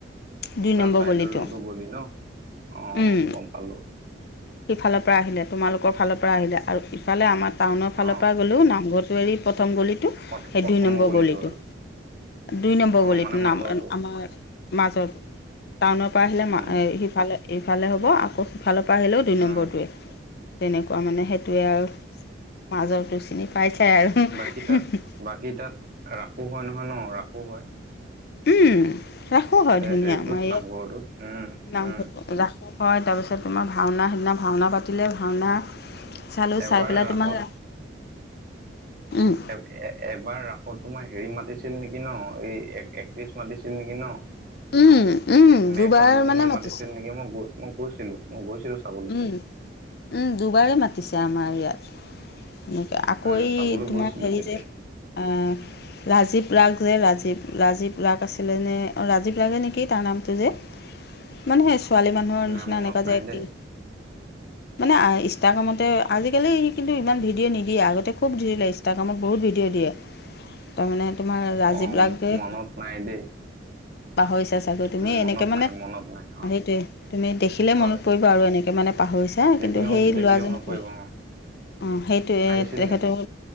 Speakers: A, on the left; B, on the right.
A: দুই
B: তাৰ
A: নম্বৰ
B: চাইদৰ
A: গলিটো
B: যোনটো বলি ন অঁ
A: উম,
B: গম পালো।
A: সিফালৰ পৰা আহিলে তোমালোকৰ ফালৰ পৰা আহিলে আৰু ইফালে আমাৰ টাউনৰ ফালৰ
B: অ
A: পৰা গ'লও নামঘত টো এৰি প্ৰথম গলিটো
B: প্ৰ
A: সেই
B: প্ৰথমৰ
A: দুই নম্বৰ গলিটো।
B: আৰু
A: দুই নম্বৰ
B: অ
A: গলি
B: মানে মাজৰটো
A: নাম আমাৰ মাজৰটো। টাউনৰ পৰা আহিলে
B: উম
A: সিফালে ইফালে হ'ব আকৌ সিফালৰ পৰা আহিলেও দুই
B: উম
A: নম্বৰটোৱে। তেনেকুৱা মানে সেইটোৱে আৰু মাজৰটো চিনি পাই চায় আৰু।
B: বাকী তাত বাকী তাত ৰাসো হয় নহয় ন ৰাসো হয়।
A: উম ৰাখো হয় ধুনীয়া
B: এ হেৰিটোত
A: আমাৰ ইয়াত
B: নামঘৰটোত উম
A: নাংঘ
B: উম
A: ৰাখ পু হয় তাৰপিছত তোমাৰ ভাওনা সিদিনা ভাওনা পাতিলে ভাওনা চালোঁ
B: এবাৰ
A: চাই পেলাই
B: ৰাসত
A: তোমাৰ উম'
B: এ এবাৰ ৰাসত তোমাৰ হেৰি মাতিছিল নেকি ন এই এক একট্ৰিছ মাতিছিল নেকি ন।
A: উম, উম, দুবাৰ
B: মেক ৰঞ্জনী
A: মানে
B: মই
A: মাতিছে।
B: মাতিছিল নেকি মই গৈ মই গৈছিলো মই গৈছিলো চাবলৈ
A: উম,
B: তেতিয়া।
A: উম দুবাৰে মাতিছে আমাৰ ইয়াত। এনেকা আকৌ
B: উম
A: এই
B: চাবলৈ
A: তোমাৰ
B: গৈছিলো
A: হেৰি
B: তেতিয়া
A: যে আহ। ৰাজীৱ ৰাগ যে ৰাজীৱ ৰাজীৱ ৰাগ আছিলে নে অ ৰাজীৱ ৰাগে নেকি তাৰ নামটো যে। মানে সে ছোৱালী মানুহৰ
B: নাই
A: নিচিনা
B: মনত
A: এনেকা
B: নাই
A: যে একটিং।
B: দেই
A: মানে ইষ্টাগ্ৰামতে আজিকালি কিন্তু ইমান ভিডিঅ' নিদিয়ে আগতে খুব জুৰিলাইচ ইটা কামত বহুত ভিডিঅ' দিয়ে তাৰমানে তোমাৰ ৰাজীৱ
B: অ
A: ৰাগ দে
B: মনত নাই দেই
A: পাহৰিছা চাগৈ তুমি
B: উম মনত
A: এনেকে মানে
B: নাই মনত নাই হয়
A: সেইটো ৱে তুমি দেখ লে
B: হয়
A: মনত পৰিব আৰু এনেকে মানে পাহৰিছা
B: দেখিলে
A: কিন্তু সেই
B: দেখিলে
A: লৰাজনে
B: মনত পৰিব অ
A: অঁ সেইটোৱে
B: আহিছিল
A: তেখেত
B: নেকি